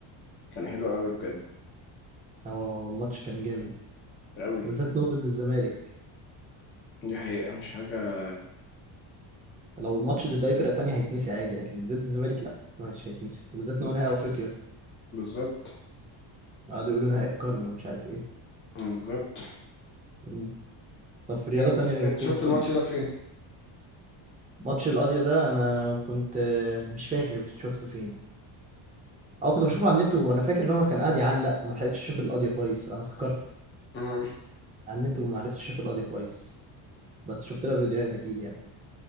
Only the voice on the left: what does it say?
كان حلو قوي بجد
قوي
دي حقيقة مش حاجة
بز-
بالظبط
بالظبط
انت
انت
شفت
الماتش ده فين؟
مم.